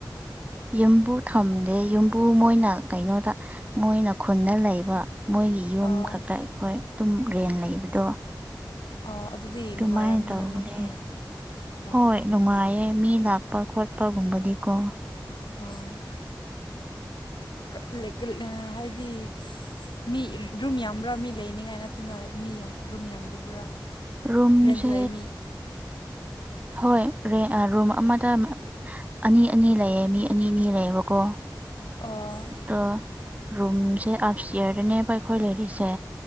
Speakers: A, on the right (about 20°); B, on the left (about 80°).
A: ꯌꯨꯝ ꯕꯨ ꯊꯝꯗꯦ ꯌꯨꯝꯕꯨ ꯃꯣꯏꯅ ꯀꯩꯅꯣꯗ ꯃꯣꯏꯅ ꯈꯨꯟꯗ ꯂꯩꯕ ꯃꯣꯏꯒꯤ ꯌꯨꯝ
B: ꯑꯥ
A: ꯈꯛꯇ ꯑꯩꯈꯣꯏ ꯑꯗꯨꯝ ꯔꯦꯟ ꯂꯩꯕꯗꯣ
B: ꯑꯣ ꯑꯗꯨꯗꯤ
A: ꯑꯗꯨꯃꯥꯏꯅ
B: ꯅꯨꯡꯉꯥꯏꯔꯝꯅꯤꯅ
A: ꯇꯧꯕꯅꯦ
B: ꯅꯣꯏꯁꯨ ꯑꯣ
A: ꯍꯣꯏ ꯅꯨꯡꯉꯥꯏꯌꯦ ꯃꯤ ꯂꯥꯛꯄ ꯈꯣꯠꯄꯒꯨꯝꯕꯗꯤꯀꯣ꯫
B: ꯑꯥ <unintelligible> ꯍꯥꯥꯏꯗꯤ ꯃꯤ ꯔꯨꯝ ꯌꯥꯝꯕ꯭ꯔꯥ ꯃꯤ ꯂꯩꯅꯤꯉꯥꯏ ꯅꯠꯇꯅ ꯃꯤ ꯌꯥꯝ ꯔꯨꯝ ꯌꯥꯝꯗꯕ꯭ꯔꯥ꯫
A: ꯔꯨꯝꯁꯦ
B: ꯔꯦꯟꯗ ꯂꯩ ꯃꯤ
A: ꯍꯣꯏ ꯔꯦ ꯔꯨꯝ ꯑꯃꯗ ꯑꯅꯤ ꯑꯅꯤ ꯂꯩꯌꯦ ꯃꯤ ꯑꯅꯤ ꯑꯅꯤ ꯂꯩꯌꯦꯕꯀꯣ
B: ꯑꯣ
A: ꯑꯗꯣ ꯔꯨꯝꯁꯦ ꯑꯞ ꯁꯇꯤꯌꯔꯗꯅꯦꯕ ꯑꯩꯈꯣꯏ ꯂꯩꯔꯤꯁꯦ